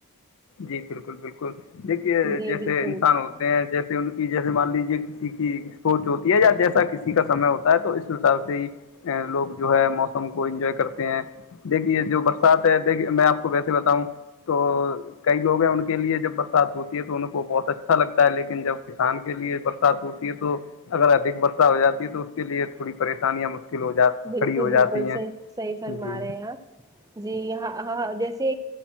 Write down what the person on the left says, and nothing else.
جی بالکل بالکل دیکھیے
جیسے
انسان ہو جیسے ان کی جیسے مان لیجیے کسی کی سوچ ہوتی ہے یا جیسا کسی کا سمے ہوتا ہے تو اس حساب سے ہی لوگ جو ہے موسم کو انجوائے کرتے ہیں دیکھیے جو بر ساتھ ہے دیکھی میں آپ کو ویسے بتاؤں تو کئی لوگ ہیں ان کے لیے جب برسات ہوتی ہے تو ان کو بہت اچھا لگتا ہے لیکن جب کسان کے لیے ہوتی ہے تو اگر ادک برسات ہو جاتی ہے تو اس کے لیے تھوڑی پریشانیاں مشکل ہو جاتی
کھڑی ہو
جاتی ہیں
جی